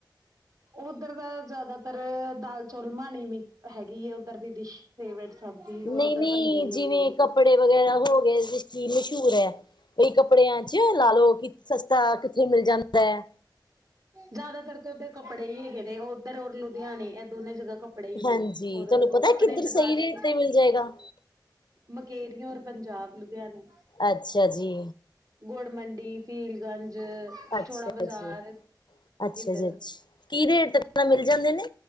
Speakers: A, on the right; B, on the left.
A: ਉੱਧਰ ਦਾ ਜ਼ਿਆਦਾਤਰ ਦਾਲ ਚੌਲ, ਮਾਣੀ ਮ ਹੈਗੀ ਹੈ, ਉੱਧਰ ਦੀ ਡਿਸ਼ ਫੇਵਰੇਟ ਸਭ ਦੀ ਔਰ
B: ਨਹੀਂ
A: ਉੱਧਰ
B: ਨਹੀਂ
A: ਬਣਦੀ ਵੀ
B: ਜਿਵੇਂ
A: ਉਹੀ ਹੈ
B: ਕੱਪੜੇ ਵਗੈਰਾ ਹੋ ਗਏ, ਜਿਸ ਚੀਜ਼ ਲਈ ਮਸ਼ਹੂਰ ਹੈ। ਕਈ ਕੱਪੜਿਆਂ 'ਚ। ਲਾ ਲਓ ਕਿ ਸਸਤਾ ਕਿੱਥੇ ਮਿਲ ਜਾਂਦਾ ਹੈ
A: ਜ਼ਿਆਦਾਤਰ ਤੇ ਉਹ ਤੇ। ਕੱਪੜੇ ਹੀ ਹੈਗੇ ਨੇ ਉਹ ਉੱਧਰ ਔਰ ਲੁਧਿਆਣੇ ਇਹ ਦੋਨੇ ਜਗਾ। ਕੱਪੜੇ ਹੀ
B: ਹਾਂਜੀ
A: ਨੇ ਹੋਰ
B: ਤੁਹਾਨੂੰ ਪਤਾ
A: ਆਪਣੇ
B: ਕਿੱਧਰ
A: ਜਗਾਦਰੀ।
B: ਸਹੀ ਰੇਟ ਤੇ ਮਿਲ ਜਾਏਗਾ
A: ਮਕੇਰੀਆ ਔਰ ਪੰਜਾਬ, ਲੁਧਿਆਣੇ।
B: ਅੱਛਾ ਜੀ।
A: ਗੁੜ ਮੰਡੀ, ਫੀਲਗੰਜ,
B: ਅੱਛਾ
A: ਚੋੜਾ ਬਾਜ਼ਾਰ।
B: ਜੀ ਅੱਛਾ
A: ਇੱਧਰ
B: ਜੀ ਅੱਛਾ ਕੀ ਰੇਟ ਤੱਕ ਕੱਪੜੇ ਮਿਲ ਜਾਂਦੇ ਨੇ?